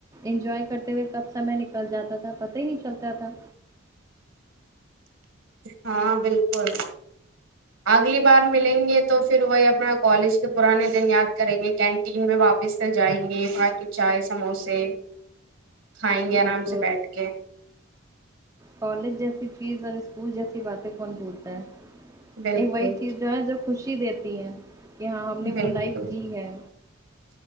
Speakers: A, on the right (about 15°); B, on the right (about 75°).
A: انجوائے کرتے ہوئے کب سمے نکل چل جاتا تھا پتہ ہی نہیں چلتا تھا
B: ہاں بلکل اگلی بار ملیں گے تو فھر وہی اپنا کالج کے پرانے دن یاد کریں گے کینٹ تین میں واپس سے جائیں گے ہیپی چائے سموسے کھائیں
A: بلک
B: گے آرام سے بیٹھ کے
A: کالج جیسی چیز اور اسکول جیسی باتیں کون بھولتا ہے
B: بالکل
A: ایک وہی چیز جو ہے جو خوشی دیتی ہے کہ ہاں ہم نے
B: بالکل
A: وہ لائف جی ہے